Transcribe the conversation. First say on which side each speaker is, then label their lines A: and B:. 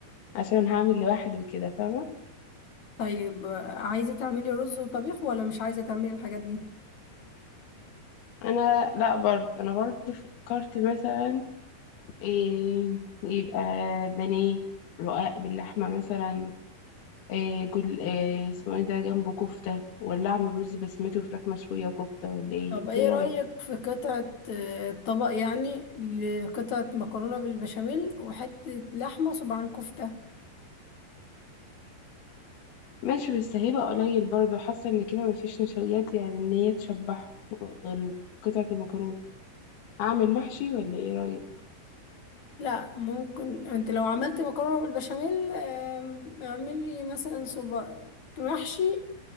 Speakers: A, on the left (about 70°); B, on the left (about 50°).
A: عشان هعمل لوحدي وكده فاهمة
B: طيب آه، عايزة تعملي رز وطبيخ ولا مش عايزة تعملي الحاجات دي
A: انا لا برضه انا برضه فكرت مثلا إيه يبقى بانيه رقاق باللحمه مثلا إيه جل إيه اسمه ايه ده جنبه كفته ولا اعمل رز بسمتي وفراخ مشويه وكفته ولا ايه
B: طب
A: انت
B: ايه
A: إيه رايك
B: رأيك في قطعة آه، طبق يعني لقطعة مكرونة بالبشاميل وحتة لحمة وصباعين كفتة
A: ماشي بس هيبقى قليل برضه حاسه ان كده مفيش نشويات يعني ان هي تشبعهم غير قطعه المكرونه اعمل محشي ولا ايه رايك
B: لا ممكن انت لو عملت مكرونة بالبشاميل آم، اعملي مثلا صباع محشي